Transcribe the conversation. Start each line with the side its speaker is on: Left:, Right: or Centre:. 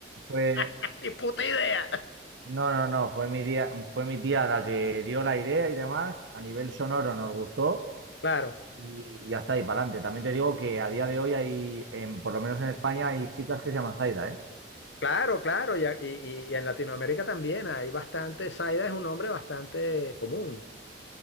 Right: fue,
Left: <laughs> Ni puta idea.
Right: no, no, no, fue mi tía, fue mi tía la que dio la idea y demás. A nivel sonoro nos gustó
Left: Claro,
Right: y ya está, y para adelante. También te digo que a día de hoy hay, en- por lo menos en España, hay chicas que se llaman Zaida, ¿eh?
Left: claro, claro. Y, a- y, y- y en Latinoamérica también hay bastante, Zaida es un nombre bastante común.